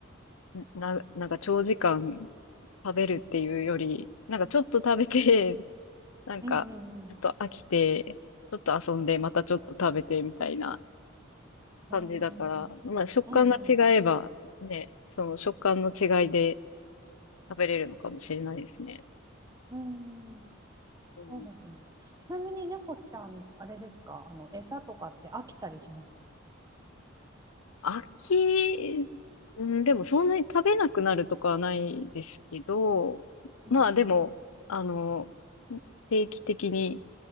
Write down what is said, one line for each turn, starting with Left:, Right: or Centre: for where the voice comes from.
Left: な、なんか長時間食べるっていうより、なんかちょっと食べて、<laughs> なんかちょっと飽きて、
Right: うんうん
Left: ちょっと遊んで、またちょっと食べてみたいな
Right: ああ、
Left: 感じだから、
Right: うん
Left: まあ食感が違えばね、
Right: うん。
Left: その食感の違いで食べれるのかもしれないですね。
Right: うん。
Left: うん、
Right: そうですね。ちなみに猫ちゃん、あれですか、あの、餌とかって飽きたりしますか
Left: 飽き、うん、でもそんなに食べなくなるとかはないですけど、
Right: うん
Left: まあでも、あの、定期的に